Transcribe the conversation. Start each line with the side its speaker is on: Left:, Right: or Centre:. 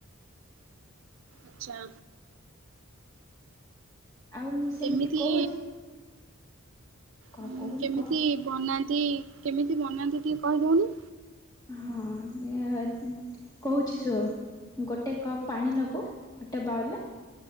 Right: ଆଛା
Left: ଆଉ ମୁଁ ସେମିତି
Right: କେମିତି
Left: କହୁଛି କହ
Right: ଉଁ
Left: କହୁନୁ
Right: କେମିତି
Left: କହ।
Right: ବନାନ୍ତି କେମିତି ବନାନ୍ତି ଟିକି କହିଦେଉନି?
Left: ହଁ କହୁଛି ଶୁଣ ଗୋଟେ କପ୍ ପାଣି ନେବୁ ଗୋଟେ ବାଉଲେ